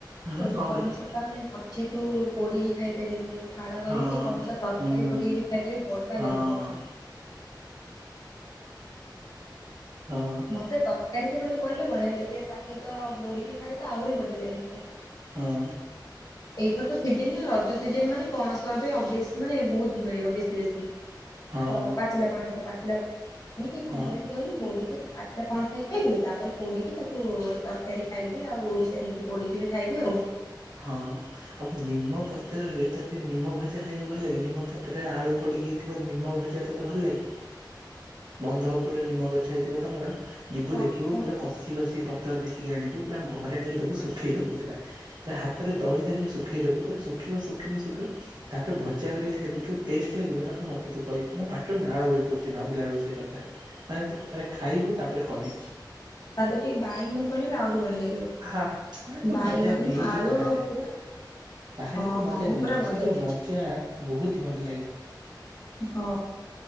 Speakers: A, on the right; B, on the left.
A: ହଁ
B: ଯଦି
A: କଣ
B: ପଣସ
A: କରିବି
B: ତାପରେ ମଞ୍ଜିକୁ ପୋଡିକି ଖାଇପାରିବୁ। ଫାଳ
A: ହଁ
B: କରିକି କଞ୍ଚା ତରକାରୀ
A: ହୁଁ
B: ପକେଇକି ଖାଇଲେ ବଢିଆ
A: ହଁ।
B: ଲାଗିବ।
A: ହଁ।
B: ମୋତେ ତରକାରୀରେ ମାନେ ପଡ଼ିଲେ ବଢ଼ିଆ ଲାଗେ ତା ସହିତ ପୋଡ଼ିକି ଖାଇଲେ ତ ଆହୁରି ବଢିଆ ଲାଗେ ମୋତେ।
A: ହଁ।
B: ଏଇ ଟା ତ ସିଜନ ନା ରଜ ସିଜନ ମାନେ ପଣସ ଏବେ <unintelligible> ମାନେ ବହୁତ ମିଳିବ ବେଶୀ ବେଶୀ।
A: ହଁ
B: ତ ପାଚିଲା ପଣସ ପାଚିଲା କୁ କଣ
A: ହଁ
B: କରିବୁ କହିଲୁ ପୋଡିକି ପାଚିଲା ପଣସ ଖାଇବି ତାପରେ ପୋଡ଼ିକି ତାକୁ ତରକାରୀ ଖାଇବି ଆଉ ସେମିତି ପୋଡ଼ିକି ବି ଖାଇବି ଆଉ।
A: ହଁ। ଆଉ ନିମ ପତ୍ରରେ ତଦେ ନିମ ଭଜା ଖାଇବାକୁ ଭଲ ଲାଗେ ନିମ ପତ୍ରରେ ଆଳୁ ପଡିକି। ଥିବ ନିମ ଭଜା ତତେ ଭଲ ଲାଗେ?
B: ହ
A: <unintelligible> ପୁରା ନିମ ଗଛ ହେଇଥିବ ତମର ଯିବୁ
B: ହଁ
A: ଦେଖିବୁ
B: ହଁ
A: ପୁରା କଷି କଷିକି ପତ୍ର ଦେଖିକି ଆଣିବୁ ପୁରା ଘରେ <unintelligible> ଦବୁ ଶୁଖେଇ ଦବୁ ସେଟା ହାତରେ ଦଳି ଦାଳ ଶୁଖେଇ ଦବୁ ପୁରା ଶୁଖିବ ଶୁଖିବ ଶୁଖିବ ତାପରେ ଭଜା କରିିକି ଖାଇବୁ ଯୋଉ ଟେଷ୍ଟ ଲାଗିବ ତାପରେ ମତେ ତୁ କହିବୁ ମୋ ପାଟିରୁ ନାଳ ବୋହି ପଡଛି ଭାବିଲା ବେଳକୁ ସେ କଥା। ମାନେ ତୁ ଥରେ ଖାଇବୁ ତାପରେ କହିବୁ।
B: ତା ଟିକେ ବାଇଗଣ ପଡିଲେ ବି ଆହୁରି ବଢିଆ ଲାଗିବ
A: ହା ମାନେ ତୁ
B: ବାଇଗଣ
A: ମଜା ନେଇଛୁ
B: ଆଳୁ
A: ତାହେଲେ।
B: ଆଉ ପୁରା
A: ତାହେଲେ
B: ହଁ
A: ତୁ ମଜା
B: ହଁ ମୁଁ
A: ନେଇଛୁ
B: ପୁରା ମଜା
A: ସେ ଯୋଉ
B: ଦେଇଛି।
A: ବହୁତ ଭଲ ଲାଗେ।
B: ହଁ